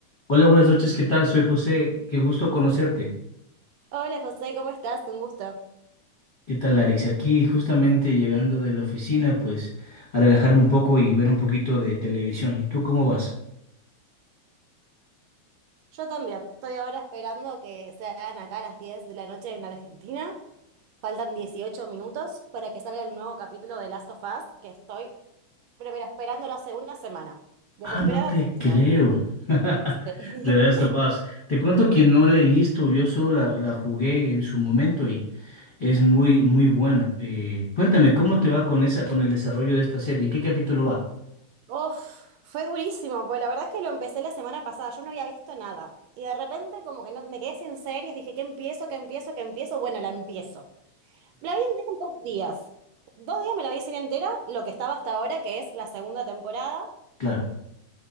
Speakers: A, on the left (about 35°); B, on the right (about 75°).
A: Hola, buenas noches, ¿qué tal? Soy José, qué gusto conocerte.
B: Hola José, ¿cómo estás? Un gusto.
A: ¿Qué tal, Alex? Aquí justamente llegando de la oficina, pues a relajarme un poco y ver un poquito de televisión. ¿Y tú cómo vas?
B: Yo también. Estoy ahora esperando que sean acá a las 10 de la noche en Argentina. Faltan 18 minutos para que salga el nuevo capítulo de Last of Us, que estoy pero, pero esperándolo hace una semana. Desesperada
A: Ah, no te
B: por esperarlo.
A: creo. <laughs>
B: Sí.
A: De veras, capaz. Te cuento que no la he visto, yo solo la, la jugué en su momento y es muy, muy buena. Eh, cuéntame, ¿cómo te va con esa, con el desarrollo de esta serie? ¿En qué capítulo va?
B: <laughs> Uf, fue durísimo, pues la verdad es que lo empecé la semana pasada, yo no había visto nada. Y de repente como que no, me quedé sin series, dije, ¿qué empiezo? ¿Qué empiezo? ¿Qué empiezo? Bueno, la empiezo. La vi entera en dos días. Dos días me la vi serie entera, lo que estaba hasta ahora, que es la segunda temporada.
A: Claro,